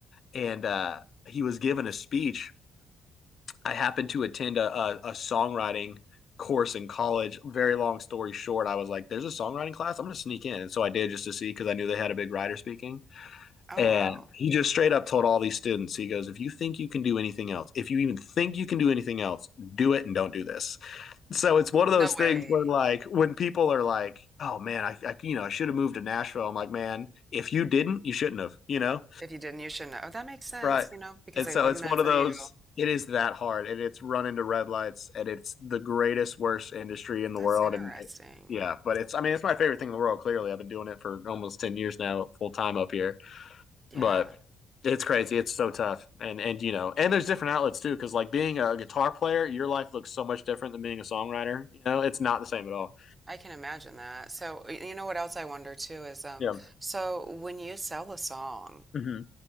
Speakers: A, on the left; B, on the right.
A: and uh, he was giving a speech. I happened to attend a, a, a songwriting course in college. Very long story short, I was like, "There's a songwriting class. I'm going to sneak in," and so I did just to see because I knew they had a big writer speaking.
B: Oh
A: And
B: wow,
A: he just straight up told all these students, he goes, "If you think you can do anything else, if you even think you can do anything else, do it and don't do this." So it's one of
B: no
A: those things
B: way.
A: where, like, when people are like, "Oh man, I, I you know I should have moved to Nashville," I'm like, "Man, if you didn't, you shouldn't have," you know?
B: If you didn't, you shouldn't. have. Oh, that makes sense.
A: Right.
B: You know, because
A: And
B: they
A: so
B: wasn't
A: it's
B: meant
A: one of
B: for
A: those.
B: you.
A: It is that hard, and it's run into red lights, and it's the greatest worst industry in the
B: That's
A: world,
B: interesting.
A: and it, yeah, but it's I mean it's my favorite thing in the world. Clearly, I've been doing it for almost ten years now, full time up here.
B: Yeah.
A: But it's crazy. It's so tough, and and you know, and there's different outlets too. Because like being a guitar player, your life looks so much different than being a songwriter. You know, it's not the same at all.
B: I can imagine that. So, y- you know what else I wonder too is um
A: Yeah.
B: so when you sell a song,
A: hmm